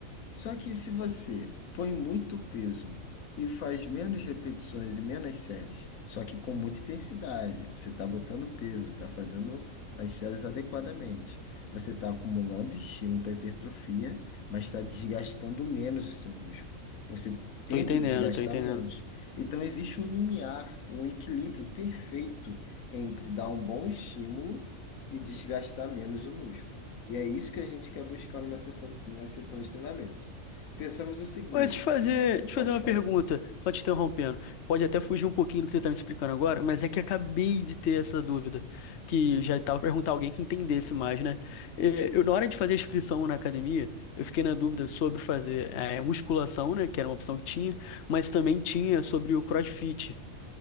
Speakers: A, on the left; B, on the left.
A: Só que se você põe muito peso e faz menos repetições e menos séries, só que com muita intensidade, você está botando peso, está fazendo as séries adequadamente. Você está acumulando estímulo para hipertrofia, mas está desgastando menos o seu músculo. Você tem
B: Tô entendendo,
A: que desgastar
B: tô entendendo.
A: menos. Então existe um limiar, um equilíbrio perfeito entre dar um bom estímulo e desgastar menos o músculo. E é isso que a gente quer buscar numa sessão, numa sessão de treinamento. Pensamos o seguinte,
B: Mas te fazer, te fazer
A: pode
B: uma
A: falar.
B: pergunta, só te interrompendo. Pode até fugir um pouquinho do que você está me explicando agora, mas é que acabei de ter essa dúvida, que já estava perguntar a alguém que entendesse mais, né? É, Eu, na hora de fazer a inscrição na academia, eu fiquei na dúvida sobre fazer é, musculação, né, que era uma opção que tinha, mas também tinha sobre o CrossFit.